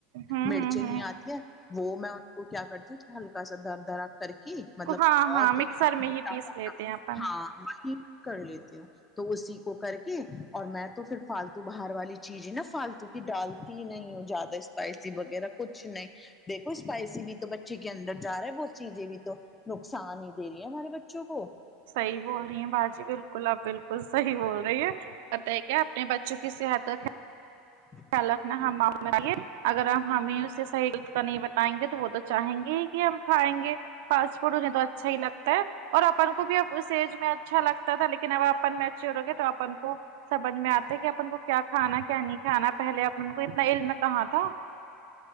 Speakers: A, on the right (about 70°); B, on the left (about 15°).
A: ہوں
B: مرچیں
A: ہوں ہوں
B: نہیں آتی ہے وہ میں وہ کیا کرتی تو ہلکا سا در درا کر کے مطلب
A: ہاں
B: بہت
A: ہاں مکسر میں
B: موٹا
A: ہی پیس
B: موٹا
A: لیتے ہیں اپن
B: ہاں وہی میں کر لیتی ہوں تو اسی کو کر کے اور میں تو پھر فالتو باہار والی چیز ہی نا فالتو ڈالتی نہیں ہ زیادہ اسپائسی وغیرہ کچھ نہیں دیکھو اسپائسی بھی تو بچے کے اندر جا رہا ہے ب چیزیں بھی تو نقصان ہی دے رہی ہیں ہمارے بچوں کو
A: صحیح بول رہی ہیں باجی بالکل اپ بالکل صحیح بول رہی ہیں بتا ہے کیا اپنے بچوں کی صحت کا
B: ہ
A: خیال رکھنا ہم اے اگر ہمیں اس سے صحی کا نہیں بتائیں گے تو وہ تو چاہیں گے کہ ہم کھائیں گے فاسٹ فوڈ انہیں تو اچھا ہی لگتا ہے اور اپن کو بھی ا اس ایج میں اچھا لگتا تھا لیکن اب آپ اپن مئیچور ہوگے تو اپن کو سمجھ میں آتا ہے کہ اپن کو کیا کھانا کیا نہیں کھانا پہلے اپن کو اتنا علم کہاں تھا